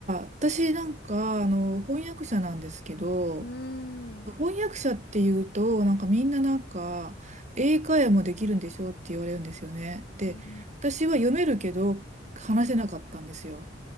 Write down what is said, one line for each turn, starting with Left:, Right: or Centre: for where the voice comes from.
Right: 私なんかあの翻訳者なんですけど
Left: うん。
Right: 翻訳者っていうとなんかみんななんか英会話もできるんでしょって言われるんですよねで私は読めるけど話せなかったんですよ
Left: うーん